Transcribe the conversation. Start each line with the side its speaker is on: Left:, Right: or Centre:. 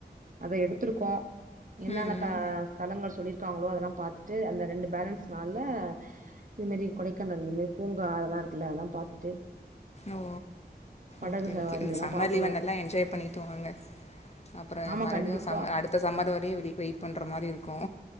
Right: அத எடுத்துருக்கோ என்னென்ன
Left: ம்
Right: த ஸ்தலங்கள் சொல்லிரு க்காங்களோ அதெல்லா பாத்துட்டு அந்த ரெண்டு பேலன்ஸ் நாள்ல இது மேரி கொடைக்கானல் பூங்கா அதல்லா இருக்குல அதல்லா பாத்துட்டு
Left: ஓ
Right: படகு
Left: ஓகே
Right: சவாரி
Left: ஓகே இந்த
Right: இதெல்லா
Left: சம்மர்
Right: பாக்கணு
Left: லீவ நல்லா என்ஜாய் பண்ணிட்டு வாங்க அப்ற
Right: ஆமா
Left: மறுடியு
Right: கண்டிப்பா
Left: சம்மர் அடுத்த சம்மர் வரையு வெளி வெயிட் பண்ற மாரி இருக்கு